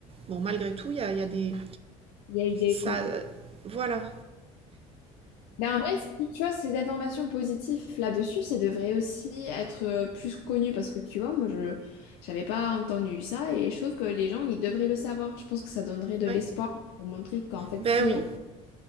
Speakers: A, on the right; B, on the left.
A: bon, malgré tout, il y a, y a des.
B: Il y a eu des,
A: Ça,
B: co-
A: euh, voilà.
B: Mais en vrai, si tu as ces informations positives là-dessus, ça devrait aussi être euh, plus connu parce que tu vois, moi, je j'avais pas entendu ça et je trouve que les gens, ils devraient le savoir. Je pense que ça donnerait de
A: Ouais.
B: l'espoir pour montrer qu'en fait,
A: Ben
B: si
A: oui,
B: on,